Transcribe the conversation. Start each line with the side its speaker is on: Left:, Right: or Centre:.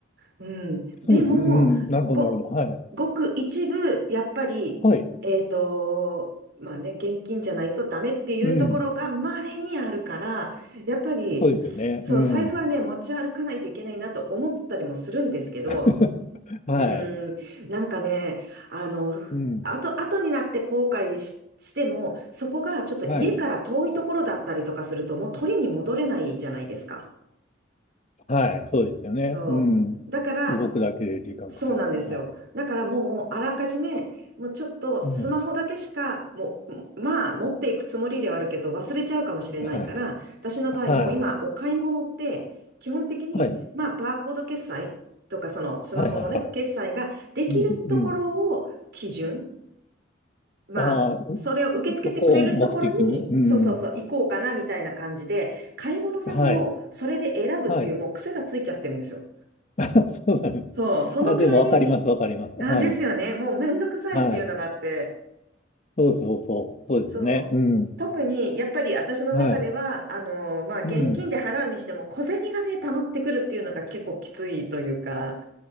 Right: うん。
Left: そうですね。
Right: でも、
Left: うん。なるほど、
Right: ご、
Left: なるほど。はい。
Right: ごく一部、やっぱり、
Left: はい。
Right: えっと、まあね、現金じゃないとダメっていうところが稀にあるから、
Left: うん。
Right: やっぱり、
Left: そうですよね。
Right: そう、
Left: うん。
Right: 財布はね、持ち歩かないといけないなと思ったりもするんですけど、
Left: <laughs> はい。
Right: うーん、なんかね、あの、ふ後、
Left: うん。
Right: 後になって後悔し、しても、そこがちょっと家から遠いところだったりとかすると、
Left: はい。
Right: もう取りに戻れないじゃないですか。
Left: はい、そうですよね。
Right: そう。
Left: うん。
Right: だから、
Left: 動くだけで時間かかります。
Right: そうなんですよ。
Left: はい。
Right: だからもう、あらかじめ、もうちょっとスマホだけしか、
Left: うん。
Right: もう、まあ、持っていくつもりではあるけど、忘れちゃうかもしれないから、
Left: はい。
Right: 私の場合、
Left: はい。
Right: もう今、お買い物って、基本的に、
Left: はい。
Right: まあ、バーコード決済とか、そのスマホのね、
Left: はい。はいはい。
Right: 決済ができるところを基準、
Left: うん。うん。
Right: まあ、
Left: ああ、ん
Right: それを受け付けてくれるところに、
Left: そこを目的に。うん。
Right: そうそうそう、行こうかな、みたいな感じで、買い物先をそれで選ぶっていう、
Left: はい。はい。
Right: もう癖がついちゃってるんですよ。
Left: <laughs> そうなんです。
Right: そう、そのくらい
Left: あ、でもわかります。わかります。
Right: あ、
Left: はい。
Right: ですよね。もうめんどくさいっていうのがあって。
Left: はい。そうそうそう。そうですよね。
Right: そう。
Left: うん。
Right: 特に、やっぱり私の中では、
Left: はい。
Right: あの、まあ、現金で払うにしても、
Left: うん。
Right: 小銭がね、溜まってくるっていうのが結構きついというか、